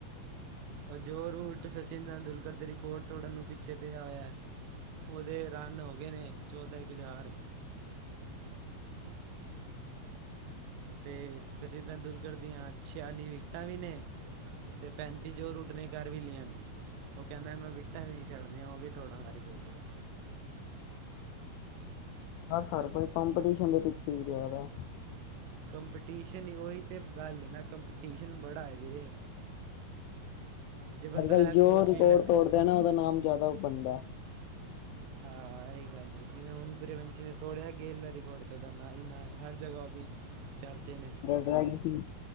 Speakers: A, on the right; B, on the left.
A: ਅਜੋੋਰ ਉਲਟ, ਸਚਿਨ ਦੁਲਕਰ ਦੇ, ਰਿਕਾਰਡ ਤੋੜਨ ਨੂੰ ਪਿਛੇ ਪਿਆ, ਹੋਇਆ ਹੈ। ਉਹਦੇ, ਰਨ ਹੋ ਗਏ ਨੇ, ਚੋਦਾ ਇਕ ਹਜ਼ਾਰ
B: ਹੂੰ <inaudible>
A: ਤੇ ਸਚਿਨ ਤੈਂਦੁਲਕਰ ਦੀਆਂ ਛਿਆਲੀ ਵਿਕਟਾ ਵੀ ਨੇ। ਤੇ ਪੈਂਤੀ ਜੋੋਰ ਰੁੱਟਣੇ ਕਰ ਵੀ ਲੀਆ ਨੇ। ਉਹ ਕਹਿਦਾ ਮੈ ਵਿਕਟਾ ਹੀ ਨਹੀ ਛੱਡਦੀਆ ਉਹ ਵੀ ਤੋੜਾਗਾ ਰਿਕਾਰਡ।
B: ਬਸ, ਹਰ ਕੋਈ ਕੰਪੀਟੀਸ਼ਨ ਦੇ ਪਿਛੇ ਹੀ ਪਿਆ ਰਿਹਾ
A: ਕੰਪੀਟੀਸ਼ਨ ਹੀ ਉਹਈ ਤਾਂ ਗਲ ਹੈਨਾ ਕ ਕੰਪੀਟੀਸ਼ਨ ਬੜਾ ਹੈ ਵੀਰੇ। ਜੇ ਬੰਦਾ
B: ਅਜ-ਕਲ
A: ਇਹ
B: ਜੋ
A: ਸੋਚ
B: ਰਿਕਾਰਡ
A: ਵੀ ਲੈ
B: ਤੋੜਦਾ ਹੈਨਾ ਉਹਦਾ ਨਾਮ ਜਿਆਦਾ ਬਣਦਾ ਹੈ।
A: ਹਹਾਂ, ਇਹੀ ਗਲ ਹੈ ਜਿਵੇ ਹੁਣ ਸੁਰਯ ਵੰਸ਼ੀ ਨੇ ਤੋੜਿਆ ਗੇਰਲਾ ਰਿਕਾਰਡ ਤੇ ਉਹਦਾ ਨਾ ਹੀ ਨਾ ਹੈ। ਹਰ ਜਗਾ ਉਹਦੇ ਚਰਚੇ ਨੇ।
B: ਟਵੰਟੀ-